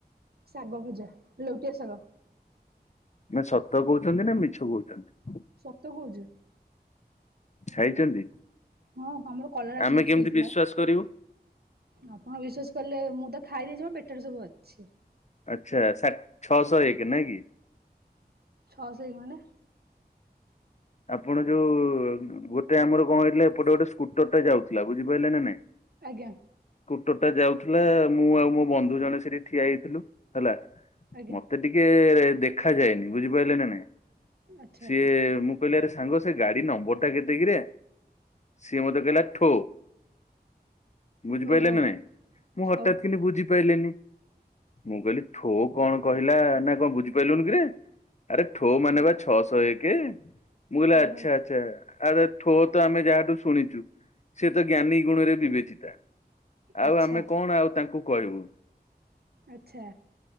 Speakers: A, on the right; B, on the left.
A: ଶାଗ ଭଜା। ଲୋଉଟିିଆ ଶାଗ।
B: ନା ସତ କହୁଛନ୍ତି ନା ମିଛ କହୁଛନ୍ତି।
A: ସତ କହୁଛି।
B: ଖାଇଛନ୍ତି?
A: ହଁ ଆମର କଲରା
B: ଆମେ
A: ଚିପସ
B: କେମିତି
A: ହେଇଥିଲା।
B: ବିଶ୍ଵାସ କରିବୁ
A: ଆପଣ ବିଶ୍ଵାସ କଲେ ମୁଁ ତ ଖାଇ ଦେଇଛି ମୋ ପେଟରେ ସବୁ ଅଛି।
B: ଆଚ୍ଛା ସାଠ ଛଅ ସହ ଏକ ନାଇଁ କି।
A: ଛଅଶହ ଏକ ମାନେ।
B: ଆପଣ ଯୋଉ ଗୋଟେ ଆମର କଣ ହେଇଥିଲା ଏପଟେ ଗୋଟେ ସ୍କୁଟର ଟା ଯାଉଥିଲା ବୁଝିପାରିଲେ ନା ନାଇଁ।
A: ଆଜ୍ଞା।
B: ସୁକଟର ଯାଉଥିଲା ମୁଁ ଆଉ ମୋ ବନ୍ଧୁ ଜଣେ ସେଠି ଠିଆ ହେଇଥିଲୁ ହେଲା।
A: ଆଜ୍ଞା
B: ମତେ ଟିକେ ଦେଖାଯାଏନି ବୁଝିପାରିଲେ ନା ନାଇଁ
A: ଆଚ୍ଛା
B: ସିଏ ମୁଁ। କହିଲରେ ସାଙ୍ଗ ସେ ଗାଡି ନମ୍ବର ଟା କେତେକିରେ। ସିଏ ମତେ କହିଲା ଠୋ। ବୁଝିପାରିଲ
A: ଓହୋ
B: ନା ନାହିଁ ମୁଁ ହଠାତ୍
A: ଓ
B: କିନ୍ତୁ ବୁଝିପାରିଲନି ମୁଁ କହିଲି। ଠୋ କଣ କହିଲା ନା କଣ ବୁଝିପାରିଲୁନି କିରେ ଆରେ ଠୋ ମାନେ ବା ଛଅଶହ ଏକ। ମୁଁ କହିଲି
A: ଓହୋ
B: ଆଚ୍ଛା ଆଚ୍ଛା। ଆ ଠୋ ତ ଆମେ ଯାହାଠୁ ଶୁଣିଛୁ ସେ ତ ଜ୍ଞାନୀ ଗୁଣ ରେ ବିବେଚିତା। ଆଉ
A: ଆଚ୍ଛା
B: ଆମେ କଣ ଆଉ ତାଙ୍କୁ କହିବୁ।
A: ଆଚ୍ଛା